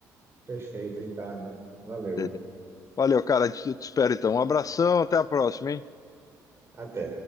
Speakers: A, on the right; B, on the left.
A: Perfeito, Ricardo. Valeu.
B: Beleza. Valeu, cara. Eu te espero então. Um abração, até a próxima, hein?
A: Até.